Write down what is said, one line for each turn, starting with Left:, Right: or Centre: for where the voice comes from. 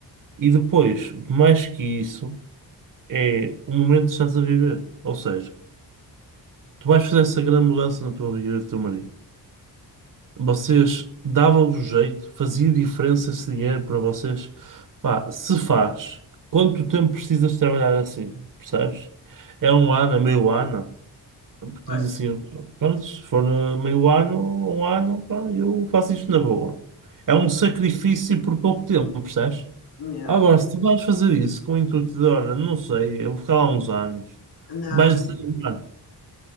Right: E depois, mais que isso, é o momento que estás a viver. Ou seja, tu vais fazer essa grande mudança na tua vida e do teu marido. Vocês davam-vos jeito, fazia diferença esse dinheiro para vocês. Pá, se faz, quanto tempo precisas trabalhar assim? Percebes? É um ano, é meio ano? Porque
Left: Pois,
Right: diz assim, pronto, se for eh, meio ano ou um ano, pá, eu faço isto na boa. É um sacrifício por pouco tempo, percebes?
Left: yeah.
Right: Agora, se tu vais fazer isso com o intuito de, olha, não sei, eu vou ficar lá uns anos,
Left: Não,
Right: vais desanimar,